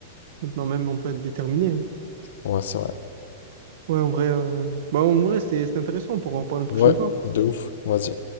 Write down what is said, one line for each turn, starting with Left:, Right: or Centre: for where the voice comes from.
Right: maintenant même, on peut être déterminé. hein.
Left: Ouais, c'est vrai.
Right: Ouais, en vrai, euh, bah, en vrai, c'était c'était intéressant, on pourra en parler une prochaine
Left: Ouais,
Right: fois.
Left: de ouf, vas-y.